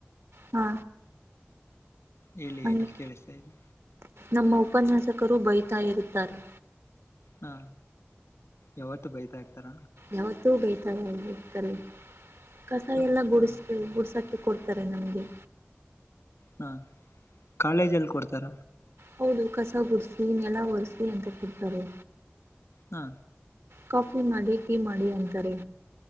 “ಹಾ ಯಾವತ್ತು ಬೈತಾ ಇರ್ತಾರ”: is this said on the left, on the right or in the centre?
Left